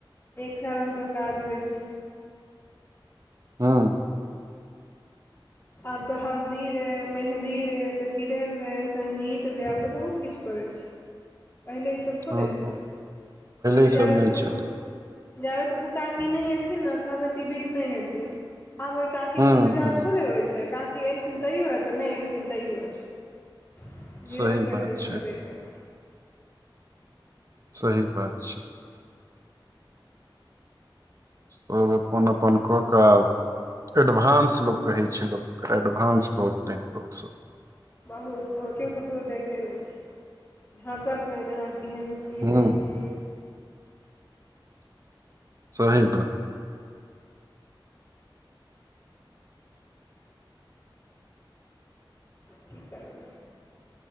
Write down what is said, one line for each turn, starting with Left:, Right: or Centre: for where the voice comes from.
Left: एक सैऽ रंग क काज होइ छै।
Right: हँ।
Left: आब त हल्दी रे, मेहदी रे, त किदैन रे, संगीत रे, आब त बहुत किछ करै पहिले ई सब थोड़े
Right: हँ
Left: छल? पहिले
Right: ई
Left: जाबेत
Right: सब नहि
Left: ऊगऽ
Right: छलै
Left: जाबेत ऊ काकी नैय एथिन न ताबेत ई बिध नैय हेतै, आब ओइ काकी
Right: हूँ
Left: के इन्तजार
Right: हूँ
Left: थोड़े होइ छै? काकी एलखिन तैयो हेतै, नैय एलखिन तैयो छै। जे
Right: सही
Left: होइ के हेतै,
Right: बात
Left: से
Right: छै
Left: हेबे करतै।
Right: सही बात छै। सब अपन अपन कऽ कऽ आब एडभांस लोक कहै छै लोक ओकरा, एडभांस भऽ गेलै हेँ लोकसब।
Left: बहुत बहुत केओ ककरो देखै नै छै, झाँकत नैय जे अहाँ केहन छी? की
Right: हूँ
Left: नैय छी।
Right: सहे बात।
Left: कि करबै?